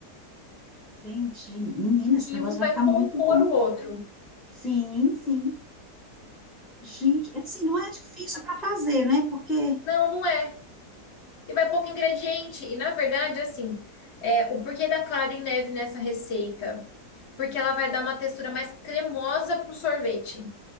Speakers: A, in the centre; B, on the left (about 50°).
A: Entendi. Menina,
B: que
A: esse negócio
B: um vai
A: vai ficar
B: compor
A: muito bom.
B: o outro.
A: Sim, sim. Gente, é assim, não é difícil para fazer, né? Porque
B: Não, não é. E vai pouco ingrediente. E na verdade, assim, é, o porquê da clara em neve nessa receita? Porque ela vai dar uma textura mais cremosa pro sorvete.